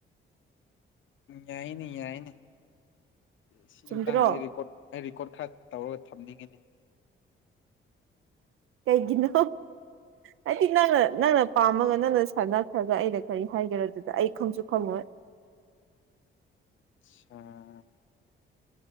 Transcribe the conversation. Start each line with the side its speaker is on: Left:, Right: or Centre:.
Left: ꯌꯥꯏꯅꯦ ꯌꯥꯏꯅꯦ ꯁꯤ
Right: ꯆꯨꯝꯗ꯭ꯔꯣ
Left: ꯃꯇꯥꯡꯗ ꯑꯩꯀꯣꯔꯠ ꯑꯩ ꯔꯦꯀꯣꯔꯠ ꯈꯔ ꯇꯧꯔꯒ ꯊꯝꯅꯤꯡꯉꯤ <inaudible>
Right: ꯀꯩꯒꯤꯅꯣ ꯍꯥꯏꯗꯤ ꯅꯪꯅ ꯅꯪꯅ ꯄꯥꯝꯃꯒ ꯅꯪꯅ ꯁꯥꯟꯅꯈ꯭ꯔꯒ ꯑꯩꯅ ꯀꯔꯤ ꯍꯥꯏꯒ ꯑꯗꯨꯗ ꯑꯩ ꯈꯪꯁꯨ ꯈꯪꯉꯣꯏ
Left: ꯑꯆꯥ